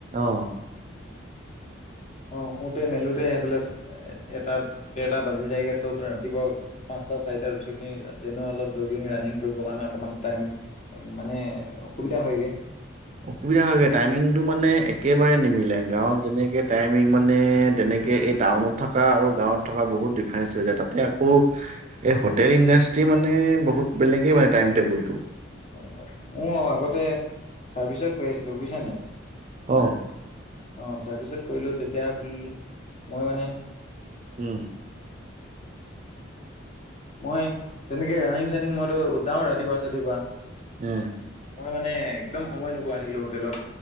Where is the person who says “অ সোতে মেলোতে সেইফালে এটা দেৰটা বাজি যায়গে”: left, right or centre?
Left